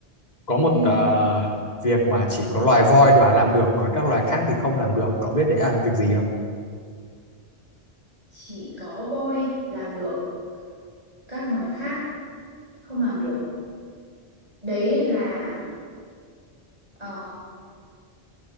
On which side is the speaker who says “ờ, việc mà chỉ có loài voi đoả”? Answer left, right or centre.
Left